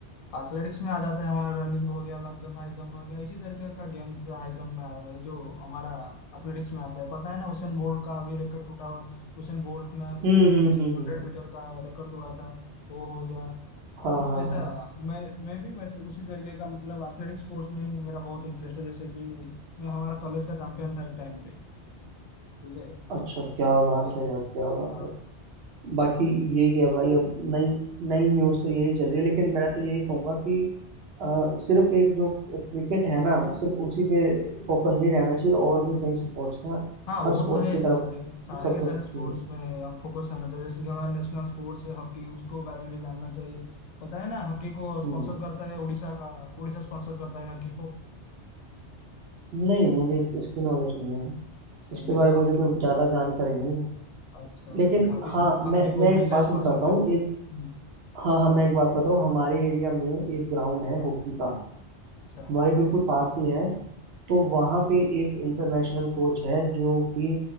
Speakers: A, on the left; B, on the right.
A: एथलेटिक्स में आ जाता है हमारा रनिंग हो गया लॉन्ग जंप हाई जंप हो गया इसी तरीके का गेम्स हाई जंप में आया है जो हमारा एथलेटिक्स में आता है पता है ना उसेन बोल्ट का अभी रिकॉर्ड टूटा हुआ उसेन बोल्ट ने
B: हम्म
A: भी
B: हम्म हम्म हम्म,
A: हंड्रेड
B: हम्म।
A: मीटर का रिकॉर्ड तोड़ा था वो हो गया मतलब
B: हाँ हाँ
A: वैसा
B: हाँ
A: मैं मैं भी वैसे उसी तरीके का मतलब एथलेटिक स्पोर्ट्स में भी मेरा बहुत इंटरेस्ट है जैसे कि मैं हमारा कॉलेज का चैंपियन था एक टाइम पे ठीक है
B: अच्छा क्या बात
A: जी
B: है यार क्या बात
A: हाँ
B: है बाकी यही है भाई अब नई नई न्यूज़ तो यही चल रही है लेकिन मैं तो यही कहूंगा कि अ, सिर्फ एक जो क्रिकेट है ना सिर्फ उसी पे फोकस नहीं रहना चाहिए और भी कई स्पोर्ट्स हैं
A: हाँ वो
B: हर स्पोर्ट
A: तो है
B: की तरफ
A: सारे सारे
B: सबको
A: के सारे
B: हम्म
A: स्पोर्ट्स में हम फोकस करना चाहिए जैसे कि हमारा नेशनल स्पोर्ट्स है हॉकी उसको बारे में भी जानना चाहिए पता है ना हॉकी को स्पॉन्सर
B: हम्म,
A: करता है उड़ीसा का उड़ीसा स्पॉन्सर करता है हॉकी को
B: नहीं मुझे इसकी नॉलेज नहीं है
A: अच्छा
B: इसके
A: नहीं
B: बारे
A: हॉकी
B: में मुझे कोई
A: को
B: ज़्यादा जानकारी नहीं है
A: अच्छा
B: लेकिन
A: फिर हॉकी
B: हाँ
A: हॉकी
B: मैं
A: को
B: मैं
A: उड़ीसा
B: एक बात
A: स्पॉन्सर
B: बताता हूँ
A: करता है हम्म,
B: एक हाँ हाँ मैं एक बात बताता हूँ हमारे एरिया में एक ग्राउंड है हॉकी का
A: अच्छा
B: हमारे बिल्कुल पास ही है तो वहाँ पे एक इंटरनेशनल कोच है जो कि